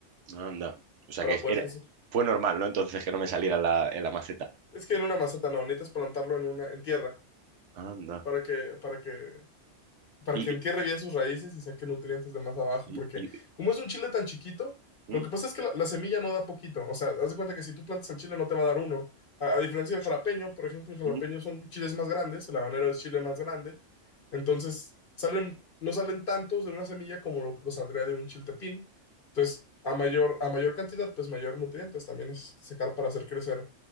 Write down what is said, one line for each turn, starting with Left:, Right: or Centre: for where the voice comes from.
Right: Anda. O sea
Left: para
Right: que
Left: poder
Right: era,
Left: crecer.
Right: fue normal, ¿no? Entonces que no me saliera en la, en la maceta.
Left: Es que en una maceta no, necesitas plantarlo en una, en tierra,
Right: Anda.
Left: para que, para que para
Right: Y,
Left: que entierre bien sus raíces y saque nutrientes de más abajo,
Right: y,
Left: porque
Right: y,
Left: como es un chile tan chiquito,
Right: ¿Mm?
Left: lo que pasa es que la, la semilla no da poquito, o sea, haz de cuenta que si tú plantas el chile no te va a dar uno, a, a diferencia del jalapeño, por ejemplo, el jalapeño
Right: ¿Mm?
Left: son chiles más grandes, el habanero es chile más grande, entonces salen, no salen tantos de una semilla como lo, lo saldría de un chiltepín, entonces a mayor, a mayor cantidad, pues mayor nutrientes también necesitas sacar para hacer crecer